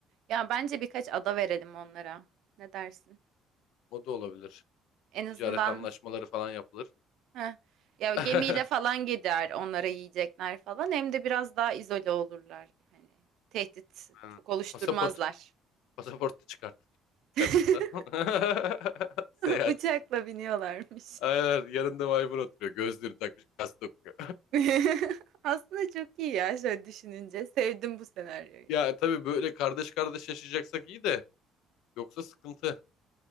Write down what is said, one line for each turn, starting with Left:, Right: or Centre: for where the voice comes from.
Right: Ya bence birkaç ada verelim onlara. Ne dersin?
Left: O da olabilir.
Right: En azından
Left: Ticaret anlaşmaları falan yapılır.
Right: Heh. Ya gemiyle
Left: <laughs>
Right: falan gider onlara yiyecekler falan. Hem de biraz daha izole olurlar. Hani tehdit
Left: Aynen.
Right: çok oluşturmazlar.
Left: Pasaport. Pasaport da çıkartır,
Right: <laughs>
Left: çıkartırlar. <laughs> Seyahat
Right: Uçakla
Left: için.
Right: biniyorlarmış.
Left: Aynen. Yanında maymun oturuyor. Gözlüğünü takmış. Gazete okuyor. <laughs>
Right: <laughs> Aslında çok iyi ya şöyle düşününce. Sevdim bu senaryoyu.
Left: Ya tabii böyle kardeş kardeş yaşayacaksak iyi de. Yoksa sıkıntı.